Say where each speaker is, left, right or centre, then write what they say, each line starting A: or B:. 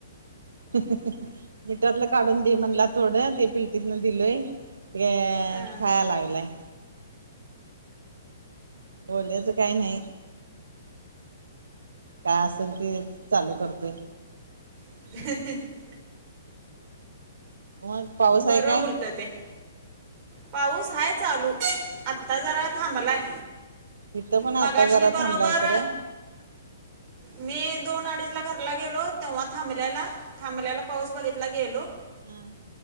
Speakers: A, on the right; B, on the right.
A: <unintelligible> मिठातलं काढून दे म्हणला थोडं ते पिलटीतन दिलोय ते
B: हा.
A: खा लागलाय. बोलचं काही नाही. काय असेल ते चालू करते.
B: ह <unintelligible>
A: मग पाऊस
B: बरं
A: आहे काय?
B: उलट ते <unintelligible> पाऊस हा चालू आत्ता जरा थांबलाय.
A: इथं पण आता
B: मागाशी
A: जरा
B: बरोबर.
A: थांबलाय खरं.
B: <inaudible> मी दोन अडीच ला घरला गेलो तेव्हा थांबल्याला थांबल्याला. पाऊस बघितला गेलो.
A: हम.